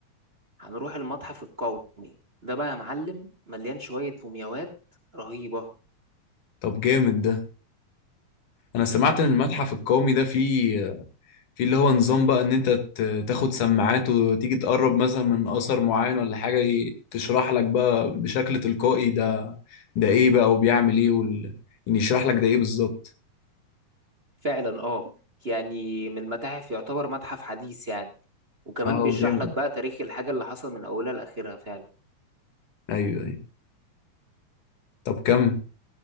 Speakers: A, on the right (about 25°); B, on the left (about 80°).
A: هنروح المتحف القومي ده بقى يا معلم مليان شويه مومياوات رهيبه
B: طب جامد ده انا سمعت ان المتحف القومي ده فيه فيه اللي هو نظام بقى ان انت ت- تاخد سماعات وتيجي تقرب مثلا من اثر معين ولا حاجة ي- تشرح لك بقى بشكل تلقائي ده ده ايه بقى وبيعمل ايه وال... يعني يشرح لك ده ايه بالظبط
A: فعلا اه يعني من المتاحف يعتبر متحف حديث يعني وكمان
B: اه
A: بيشرح
B: جامد
A: لك بقى تاريخ الحاجه اللي حصل من اولها لاخرها فعلا
B: ايوه ايوه طب كمل